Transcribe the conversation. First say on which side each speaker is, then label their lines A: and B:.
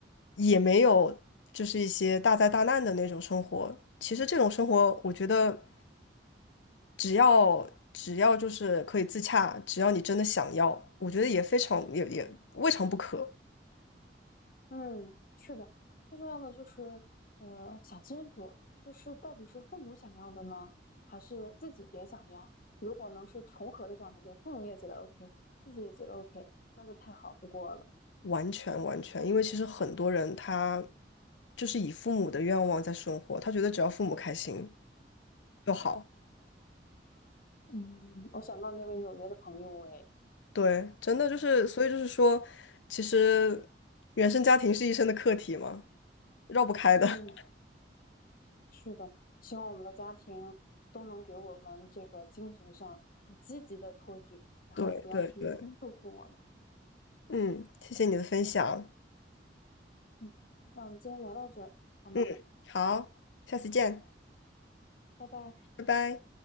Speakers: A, on the left; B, on the left.
A: 也没有就是一些大灾大难的那种生活。其实这种生活，我觉得只要只要就是可以自洽，只要你真的想要，我觉得也非常也也未尝不可。
B: 嗯，是的，最重要的就是，呃，想清楚，就是到底是父母想要的呢，还是自己也想要？如果能是重合的状态，就是父母也觉得 OK，自己也觉得 OK，那就太好不过了。
A: 完全完全，因为其实很多人他就是以父母的愿望在生活，他觉得只要父母开心就好。
B: 嗯，我想到那位纽约的朋友，哎，
A: 对，真的就是，所以就是说，其实原生家庭是一生的课题嘛，绕不开的。
B: 嗯。
A: <laughs>
B: 是的，希望我们的家庭都能给我们这个精神上嗯积极的托举，然后不要去束缚我们。
A: 对对对，嗯，谢谢你的分享，
B: 嗯，那我们今天聊到这儿，好吗？
A: 嗯，好，下次见，
B: 拜拜。
A: 拜拜。